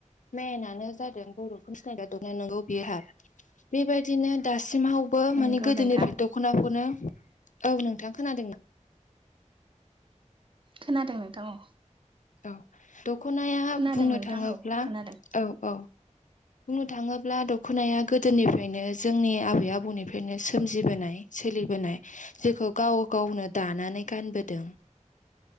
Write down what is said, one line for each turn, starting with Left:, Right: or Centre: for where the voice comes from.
Left: मेेनानो जादों बर'खौ सिनायग दखना नंगौ बिहार बेबायदिनो दासिमावबो
Right: नंगौ
Left: माने गोदोनिफ्राय
Right: नोंथां
Left: द दख'नाखौनो औ नोंथां खोनादोंना
Right: खोनादों नोंथां औ
Left: औ दख'नाया
Right: खोनादों
Left: बुंनो
Right: नोंथां
Left: थाङोब्ला
Right: औ खोनादों
Left: औ औ बुंनो थाङोब्ला दख'नाया गोदोनिफ्रायनो जोंनि आबै आबौनिफ्रायनो सोमजिबोनाय सोलिबोनाय जेखौ गाव गावनो दानानै गानबोदों